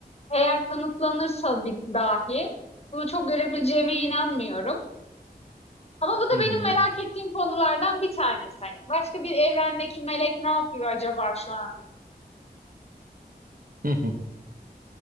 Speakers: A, on the left (about 40°); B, on the right (about 60°).
A: eğer kanıtlanırsa bir dahi bunu çok görebileceğime inanmıyorum. Ama bu da
B: Hı hı.
A: benim merak ettiğim konulardan bir tanesi. Hani başka bir evrendeki melek ne yapıyor acaba şu anda?
B: Hı hı.